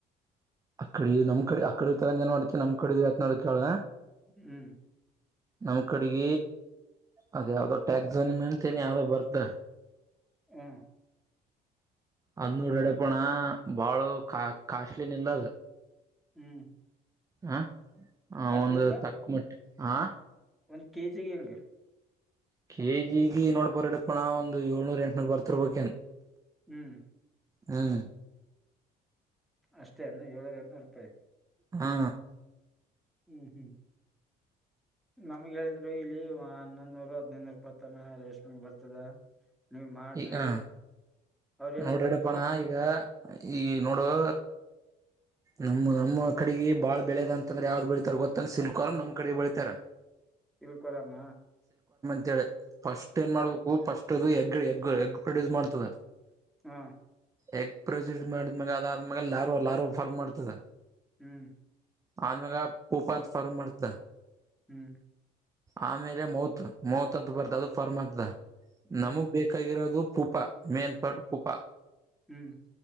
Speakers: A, on the right; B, in the centre.
A: ಅ ಕಡೆ ನಮ್ ಕಡೆ ಅಡೆ ಜನ್ ಮಾಡ್ತ ನಮ ಕಡಿದೀವಿತ್ ನೋ ಕೇಳೋಣ
B: ಹ್ಮ್
A: ನಮ್ ಕಡೆಗ ಅದ ಯಾವ್ದೋ ಟ್ಯಾಕ್ಸ್ ನಿಮೆ ಅಂತನೆ ಯಾವ್ದೋ ಬರ್ತ
B: ಹಾ
A: ಅದ್ ನೋಡಡಪಣ ಬಾಳ ಕಾ ಕಾಸ್ಟ್ಲಿ ನಿಲ್ಲಲ್
B: ಹ್ಮ್
A: ಹಾ ಹ
B: ಕಾಸ್ಟ್ಲಿ
A: ಒಂದು
B: ಇಲ್ಲ
A: ತಕ್ಕ ಮಿಟ್ಟ ಆಾ
B: ಒಂದ್ ಕೆಜಿಿಗೆ ಹೆಂಗೆ
A: ಕೆ ಜಿಗ ನೋಡ್ಬರಡಪ್ಪ ನಾ ಒಂದು ಏಳ್ನೂರ್ ಎಂಟನೂರ್ ಬರ್ತಿರ್ಬೇಕೇನ್
B: ಹ್ಮ್
A: ಹ್ಮ್
B: ಅಷ್ಟೇ ಅಣ ಏಳರ ಎಂನೂರು ರೂಪಾಯಿ
A: ಹಾ
B: ಹ್ಮ್ ಹ್ಮ್ ನಮ್ಗೆ ಹೇಳಿದ್ರು ಇಲ್ಲಿ ಹನ್ನೊಂದ ನೂರು ಹದ್ನೈದುನೂರುಪ್ಪತ್ತನ ರೇಷ್ಮೆಗ್ ಬರ್ತದ ನೀವ್ ಮಾಡ್ರಿ
A: ಈ ಹ
B: ಅವ್ರ ಏನಂತಾರ
A: ನೋಡ್ರಾಡಪ್ಪಣ
B: ಹ
A: ಈಗ ಈಗ ನೋಡುವ ನಮ್ಮ್ ನಮ್ಮ ಕಡೆಗೆ ಬಾಳ್ ಬೆಳೆಯದ ಅಂತಂದ್ರೆ ಯಾವ್ದ್ ಬೆಳಿತಾರ ಗೊತ್ತಂದ ಸಿಲ್ಕೋರ ನಮ್ ಕಡೆಗೆ ಬೆಳಿತಾರ
B: ತಿಳ್ಕೋರಾಮ
A: ತ್ತಳ ಫಸ್ಟ್ ಏನ್ ಮಾಡ್ಬೇಕು ಫಸ್ಟ್ ಎಗ್ಗ್ ಎಗ್ ಪ್ರೊಡ್ಯೂಸ್ ಮಾಡ್ತದೆ
B: ಹಾ
A: ಎಗ್ ಪ್ರೆಸೆಂಟ್ ಮಾಡಿದ್ಮ್ಯಾಗ ಅದಾದ ಆದ್ಮ್ಯ ಲ ಫರ್್ ಮಾಡ್ತದ
B: ಹ್ಮ್
A: ಆ ಮಾಗ ಪೂಪ ಅಂತ ಫಾರಂಗ್ ಮಾಡ್ತ
B: ಹ್ಮ್
A: ಆಮೇಲೆ ಮೌತ್ ಮೌತ್ ಅಂತ ಬರ್ತ ಅದು ಫರ್ಮ್ಗ್ತದ
B: ಹ್ಮ್
A: ನಮಗ್ ಬೇಕಾಗಿರೋದು ಉಪ್ಪ ಮೇಪಟ್ಟಕಪ್ಪ
B: ಹ್ಮ್ ಹ್ಮ್